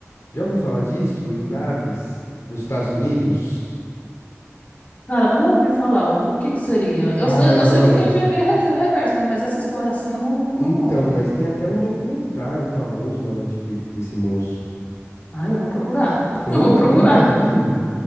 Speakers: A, on the left (about 80°); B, on the left (about 35°).
A: Já ouviu falar disso? Em naves nos Estados Unidos?
B: Cara, não ouvi falar o o que que seria. Eu
A: Ah,
B: sei,
A: mas
B: eu sei
A: olha,
B: o que que é engenharia res- reversa, né? Mas essa história assim eu não ouvi falar,
A: então,
B: não.
A: mas tem até um documentário famoso na Netflix desse moço.
B: Ah, eu vou procurar. <laughs>
A: Você nunca,
B: Eu vou procurar.
A: nunca viu?